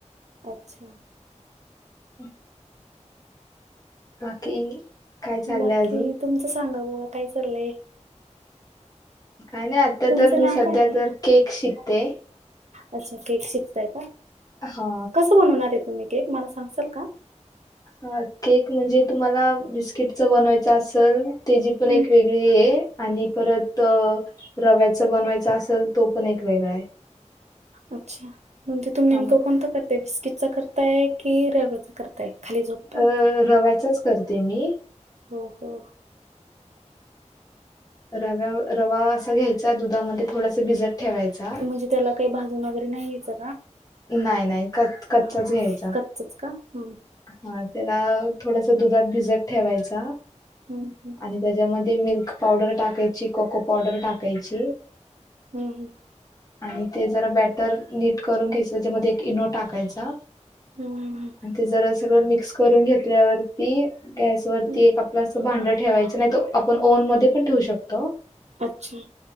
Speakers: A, on the right; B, on the left.
A: अच्छा.
B: हम्. बाकी! काय चाललंय
A: बाकी
B: अजून
A: तुमचं सांगा बोघा काय चाललंय.
B: काय नाही आता
A: तुमचं
B: तर मी
A: नाव
B: सध्या
A: काय आहे
B: तर केक शिकते.
A: अच्छा केक शिकताय का
B: हा
A: कस बनवणार आहे. तुम्ही केक मला सांगसाल का.
B: हा केक म्हणजे तुम्हाला बिस्किटच बनवायच असेल.. त्याचीी पण
A: हम्म.
B: एक वेगळी आहे. आणि परत रव्याचा बनवायचा असेल तो पण एक वेगळा आहे.
A: अच्छा बणती तुून नेमका
B: हा, म-
A: कोणता.. ते बिस्किटचा करताय की रव्याचा करताय. खाली झोपता
B: अ
A: मग ते.
B: रव्याचाच करते मी.
A: हो हो.
B: रव्या रवा असा घ्यायचा दुधामध्ये थोडसा भिजत.. ठेवायचा.
A: म्हणजे त्याला काही भाजून वगैरे नाहीयचं.
B: नाही नाही कच कच्चाच
A: हा
B: घ्यायचा.
A: कच्चच का हम्म
B: हा त्याला थोडस दुधात भिजत ठेवायचा.
A: हम्म हम्म.
B: आणि त्याच्यामध्ये मिल्क पावडर टाकायची कोको पावडर टाकायची.
A: हम्म हम्म.
B: आणि ते जरा बॅटर नीट करून घ्यायच त्यामध्येध्ये एक इनो टाकायचा.
A: हम्म.
B: आणि ते जरा सगळं मिक्स करून घेतल्यावरती गॅस ववररती
A: हम्म
B: एक आपलं असं भांड ठेवायचं नाही त.. आपण ओन म पण ठेवू शकतो
A: अच्छा